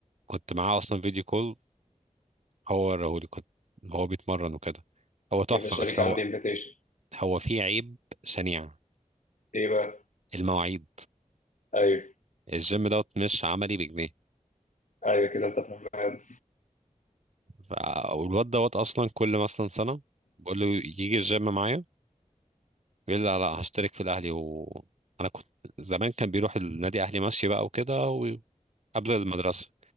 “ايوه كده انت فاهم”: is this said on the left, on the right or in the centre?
Left